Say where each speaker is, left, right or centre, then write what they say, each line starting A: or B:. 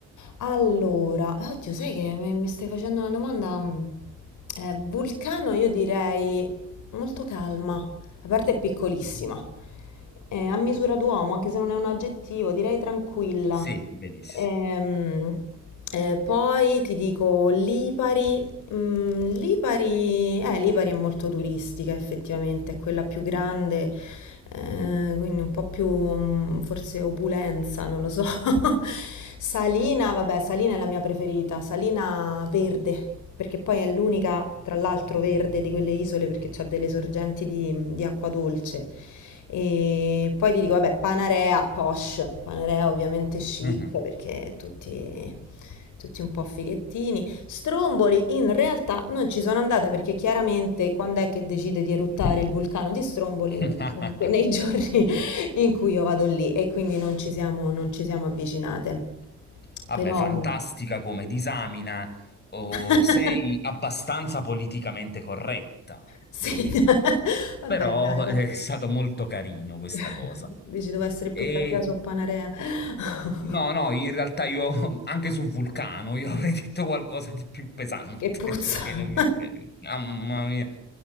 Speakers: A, on the left; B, on the left.
A: Allora, eh, oddio, sai che me- mi stai facendo una domanda? mm, eh, vulcano, io direi molto calma, la parte è piccolissima,
B: Mhm.
A: Eh, a misura d'uomo, anche se non è un aggettivo, direi tranquilla.
B: Sì, benissimo.
A: Ehm, eh, poi ti dico lipari, Mm, Lipari, eh, Lipari è molto turistica effettivamente, è quella più grande, eh, quindi un po' più mm, forse opulenza, non lo so. <laughs> Salina, vabbè, Salina è la mia preferita, Salina verde, perché poi è l'unica, tra l'altro, verde di quelle isole perché c'ha delle sorgenti di, di acqua dolce. E poi ti dico, vabbè, Panarea, posh, Panarea ovviamente chic
B: Mhm.
A: perché tutti, tutti un po' fighettini. Stromboli in realtà non ci sono andata perché chiaramente quando è che decide di eruttare il vulcano di Stromboli?
B: <laughs>
A: In que- Nei giorni <laughs> in cui io vado lì e quindi non ci siamo, non ci siamo avvicinate.
B: Vabbè,
A: Però
B: fantastica come disamina, oh,
A: <laughs>
B: sei abbastanza politicamente corretta,
A: sì,
B: devo dire.
A: <laughs> dai. vabbè,
B: Però
A: dai, va.
B: eh, è stato molto carino questa
A: <laughs>
B: cosa.
A: Dici devo essere
B: E
A: più cattiva su Panarea. <laughs>
B: No, no, in realtà io <laughs> anche su Vulcano io avrei detto qualcosa di più pesante.
A: Che puzza.
B: <laughs> perché non mi-
A: <laughs>
B: Mamma mia.